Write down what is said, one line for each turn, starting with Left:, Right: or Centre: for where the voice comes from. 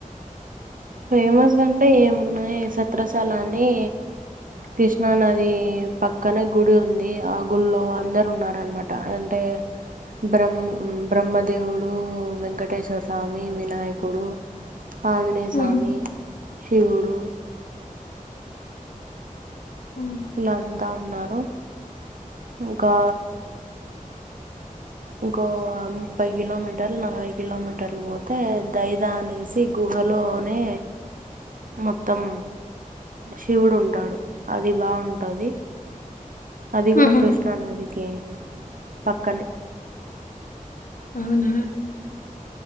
Right: ఫేమస్గాంటే ఏమున్నాయి సత్రసాల అని కృష్ణా నది పక్కనే గుడి ఉంది ఆ గుళ్లో అందరు ఉన్నారుా అనమాట అంటే బ్రహ బ్రహ్మదేవుడు వెంకటేశ్వర స్వామి వినాయకుడు ఆంజనే స్వామి
Left: ఆహా,
Right: శివుడు
Left: ఉ
Right: ఇలాంతా ఉన్నారు ఇంకా ఇంకో ముప్పై కిలోమీటర్లు నలభై కిలోమీటర్లు పోతే దైదా అనే సి గుహలోనే మొత్తం శివుడు ఉంటాడు అది బాగుంటది అది కూడా
Left: ఆహా,
Right: కృష్ణానదికి పక్కనే
Left: అవునా